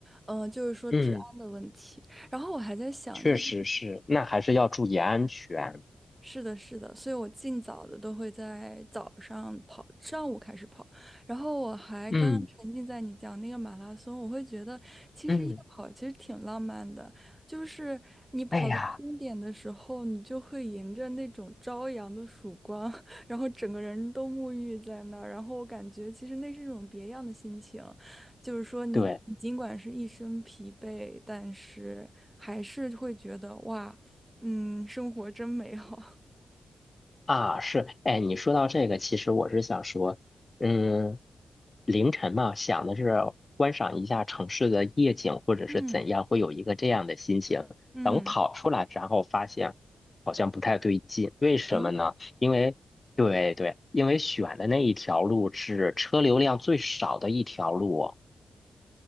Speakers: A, on the right; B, on the left.
A: 嗯、呃就是说治安的问题。
B: 嗯，
A: 然后我还在想，
B: 确实是，
A: 就是
B: 那还是要注意安全。
A: 是的，是的，所以我尽早的都会在早上跑，上午开始跑，然后我还刚刚沉浸在你讲那个马拉松，
B: 嗯
A: 我会觉得其实夜跑其实挺浪漫的，
B: 嗯，
A: 就是你跑到终点的时候，
B: 哎呀，
A: 你就会迎着那种朝阳的曙光，<laughs> 然后整个人都沐浴在那儿，然后我感觉其实那是一种别样的心情，就是说你你尽管是一身疲惫，
B: 对。
A: 但是还是会觉得哇，嗯，生活真美好。
B: 啊，是，哎，你说到这个，其实我是想说，嗯，凌晨嘛，想的是观赏一下城市的夜景，或者是怎样，
A: 嗯
B: 会有一个这样的心情。
A: 嗯
B: 等跑出来，然后发现好像不太对劲，为什么呢？
A: 嗯，
B: 因为，对对，因为选的那一条路是车流量最少的一条路哦，